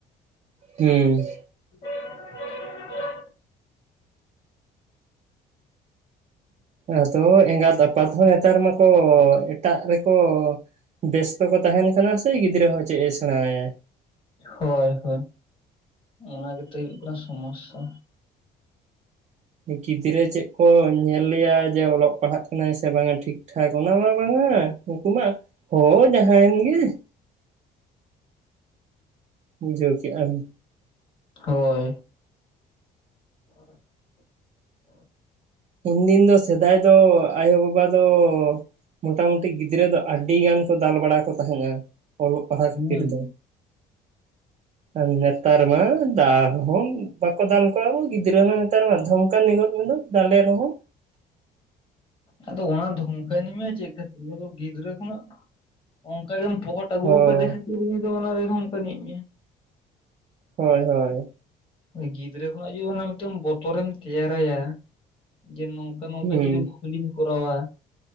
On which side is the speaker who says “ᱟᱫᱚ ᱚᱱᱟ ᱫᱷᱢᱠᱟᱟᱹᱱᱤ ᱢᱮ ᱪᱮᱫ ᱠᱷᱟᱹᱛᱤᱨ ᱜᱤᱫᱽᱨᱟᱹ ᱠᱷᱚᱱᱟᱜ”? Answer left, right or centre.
Left